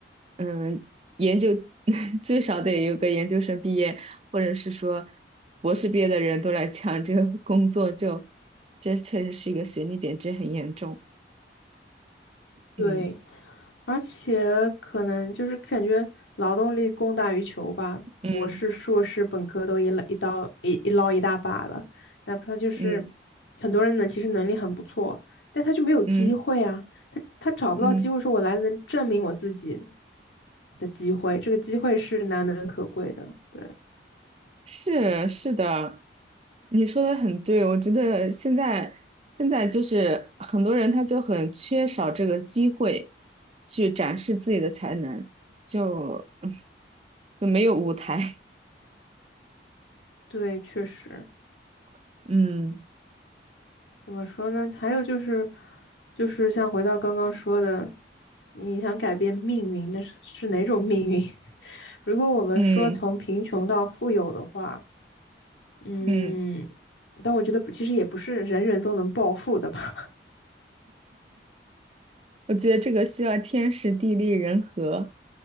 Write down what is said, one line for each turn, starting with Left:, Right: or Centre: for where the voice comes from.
Right: 嗯研究 <laughs> 最少得有个研究生毕业，或者是说博士毕业的人都来抢这个工作就，这确实是一个学历贬值很严重，
Left: 对，
Right: 嗯
Left: 而且可能就是感觉劳动力供大于求吧，
Right: 嗯
Left: 博士、硕士、本科都一捞一刀一一捞一大把了，哪怕就是
Right: 嗯
Left: 很多人呢，其实能力很不错，但他就没有机会啊，
Right: 嗯嗯。
Left: 他他找不到机会，
Right: 嗯
Left: 说我来能证明我自己的机会，这个机会是难能可贵的，对
Right: 是是的，你说的很对，我觉得现在现在就是很多人他就很缺少这个机会去展示自己的才能，就 <laughs> 就没有舞台，
Left: 对，确实。
Right: <laughs> 嗯
Left: 怎么说呢？还有就是，就是像回到刚刚说的，你想改变命运，那是是哪种命运？<laughs> 如果我们说从贫穷到富有的话，
Right: 嗯
Left: 嗯，
Right: 嗯。
Left: 但我觉得不其实也不是人人都能暴富的吧，
Right: 我觉得这个需要天时地利人和，